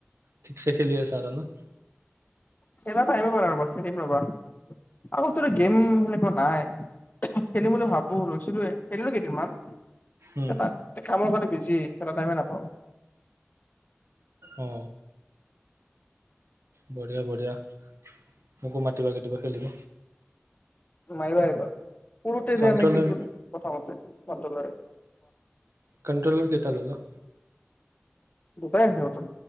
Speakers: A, on the right (about 80°); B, on the left (about 40°).
A: ঠিকছে খেলি আছা আৰু ন
B: খেলা ঠাইৰ ৰবা খেলিম ৰবা আকৌ গেম সেনেকুৱা নাই, খেলিম বুলি ভাবো লৈছিলোয়ে খেলিলো কেইদিনমান।
A: উম,
B: এই তাক খাব পাৰি। বজি খেলা টাইমে নাপাওঁ।
A: অ বঢ়িয়া বঢ়িয়া, মোকো মাত। কেতিয়াবা কেতিয়াবা খেলিব।
B: মাৰিব লৈ আহিবা। সৰুতে
A: কণ্ট্ৰলৰ
B: আমি খেলিছিলো পথাৰতে কট্ৰলাৰ
A: কণ্ট্ৰলাৰ কেইটা ললা।
B: দুটাই আছে নতুন